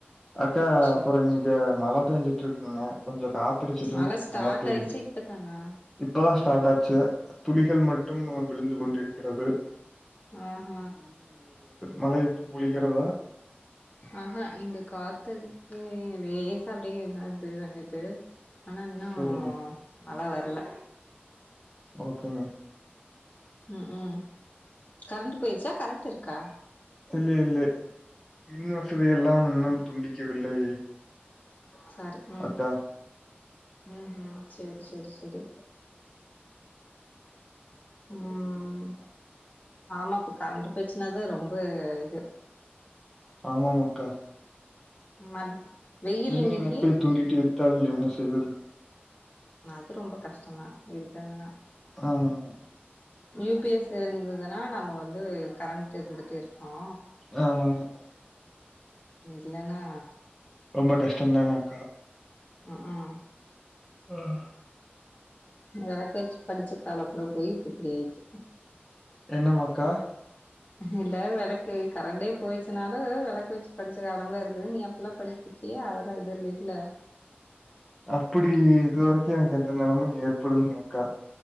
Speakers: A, in the centre; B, on the left.
A: அக்கா
B: சரி
A: அப்புறம் இங்க மழை பெஞ்சுட்டு இருக்குங்க கொஞ்சம் காத்தடிச்சுட்டு
B: மழ ஸ்டார்ட்
A: மழை பெய்து
B: ஆயிடுச்சு இப்பதானா
A: இப்ப ஸ்டார்ட் ஆச்சு துளிகள் மட்டும் விழுந்து கொண்டிருக் இருக்காது
B: ஆஹ் ஹ
A: மழை பொழிக்கிறதா
B: ஆஹா இங்க காத்தடிக்க லேசா அப்படியே இதான்து தங்கது ஆனா என்னாவும்
A: சரிங்க.
B: ஆனா வர்ல
A: ஓகேங்
B: உம் உம் கரண்ட் போயிடுச்சா கரெண்ட் இருக்கா
A: இல்லே இல்லே மின் வசதி எல்லாம் இன்னும் துண்டிக்கவில்லை
B: சரி உம்
A: அக்கா.
B: உம் ஹும் சேரி செரி செரி உம் ஆமா இப்ப கரண்ட் போச்சுன்னாதா ரொம்ப இது
A: ஆமாம் அக்கா
B: மத் வெயில்
A: மின்
B: இன்னைக்கு
A: இணைப்பை துண்டித்து தால் என்ன செய்வது
B: ஆனா அது ரொம்ப கஷ்டோந்தா இருக்குறதுனா
A: ஆமாம்மா
B: யூ பி எஸ் இருந்ததுன்னா நம்ம வந்து கரண்ட் இருந்து ட்டுருக்கோ
A: ஆமாங்க.
B: இல்லன்னா
A: ரொம்ப கஷ்டோதானாக்கா
B: ம் ம்
A: ஆஹ்
B: வெளக்க வெச்சு படிச்ச காலமெல்லா போயி இப்ப இப்டி ஆயிடுச்சு
A: என்னமாக்கா
B: இல்ல வெளக்கு கரண்டே போயிருச்சுனாலு வெளக்கு வெச்சு படிச்ச காலம்லா இருக்குது நீ அப்டில்லா படிச்சிருக்யா அதெல்லா இது இல்லயில்ல
A: அப்டி இதுவரைக்கு எனக்கு எந்த நெலமையு ஏற்படுலிங்க அக்கா